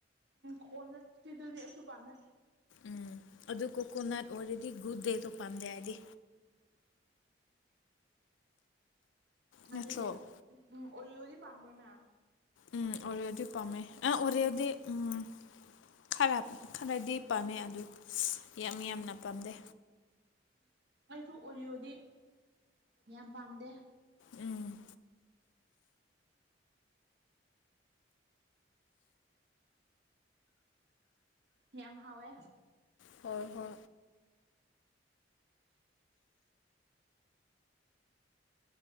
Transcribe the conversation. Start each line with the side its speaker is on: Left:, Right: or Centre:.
Right: ꯈꯣꯟꯅꯀꯤꯗꯨꯗꯤ ꯑꯩꯁꯨ ꯄꯥꯝꯃꯦ
Left: ꯎꯝ ꯑꯗꯨ ꯀꯣꯀꯣꯅꯠ ꯑꯣꯏꯔꯗꯤ ꯒꯨꯗ ꯗꯦꯁꯨꯣ ꯄꯥꯝꯗꯦ ꯍꯥꯏꯗꯤ ꯅꯠꯇ꯭ꯔꯣ
Right: ꯑꯗꯨꯗꯤ ꯎꯝ ꯎꯔꯤꯗꯤ ꯄꯥꯝꯕ꯭ꯔꯣꯅ
Left: ꯎꯝ ꯑꯣꯔꯦꯗꯤ ꯄꯥꯝꯃꯦ ꯑ ꯑꯣꯔꯦꯗꯤ ꯎꯝ ꯈꯔ ꯈꯔꯗꯤ ꯄꯥꯝꯃꯦ ꯑꯗꯨ ꯌꯥꯝ ꯌꯥꯝꯅ ꯄꯥꯝꯗꯦ
Right: ꯑꯩꯈ ꯑꯣꯔꯤꯌꯣꯗꯤ ꯌꯥꯝ ꯄꯥꯝꯗꯦ
Left: ꯎꯝ
Right: ꯌꯥꯝꯌꯥꯝ ꯍꯋꯦ
Left: ꯍꯍ